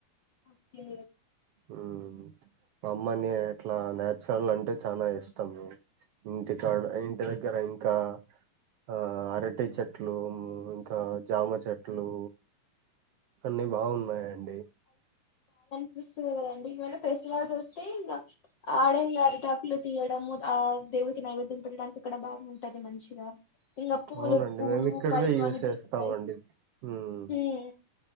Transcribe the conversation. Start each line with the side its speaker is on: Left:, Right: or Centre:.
Left: ఒక్కే
Right: మ్మ్ అమ్మని ఇట్లా నాచురల్ అంటే చాల ఇష్టం ఇంటి కాడ ఇంటి దగ్గర ఇంకా ఆ అరటి చెట్లు ఇంక జామ చెట్లు అన్ని బాగున్నాయండి
Left: వస్తది కదండి ఏమైనా ఫెస్టివల్ వస్తే ఇంక ఆడే ఇంగ అరిటాకులు తీయడము ఆ దేవునికి నైవద్యం పెట్టడానికి ఇక్కడ బాగు టది మంచిగా ఇంకా పూలు
Right: అవునండి
Left: పూలు
Right: మేము ఇక్కడివే
Left: పళ్ళు
Right: యూజ్
Left: అని
Right: చేస్తామండి.
Left: దొరుకుతాయి
Right: హ్మ్
Left: మ్మ్